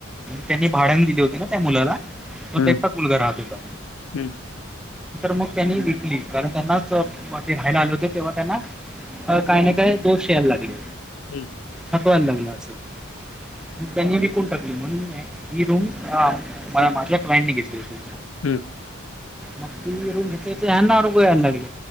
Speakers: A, in the centre; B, on the left (about 80°).
A: त्यांनी भाड्यांण दिली होती ना त्या मुलाला त्याच
B: हं,
A: एकटाच म मुलगा राहत होत.
B: हं,
A: मग त्यांनी विकली कारण त्यांनाच ते राहायला आले होते तेव्हा त्यांना काही ना काय दोष यायला लागले.
B: हम्
A: जाणवायला लागलास. <unintelligible> ग त्यांनी विकून टाकली. म्हणून ही रूम माझ्या क्लायंटने घेतली होती.
B: हम्म,
A: मग ती रूम घेतल्यावर अंगावर येऊ लागली.